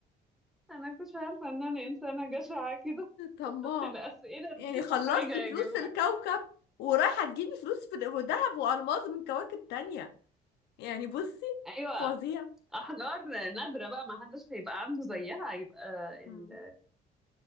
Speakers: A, in the centre; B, on the left (about 85°).
A: انا كنتش عارفة ان انا انسانة جشعة كده <laughs>
B: طماع
A: الأسئلة
B: يعني
A: دي
B: خلصتي
A: محرجة يا
B: فلوس
A: جماعة
B: الكوكب ورايحة تجيبي فلوس في دهب وألماس من كواكب تانية يعني بصي
A: ايوه
B: فظيع
A: احجار نادره بقى ما حدش هيبقى عنده زيها هيبقى
B: مم.
A: ال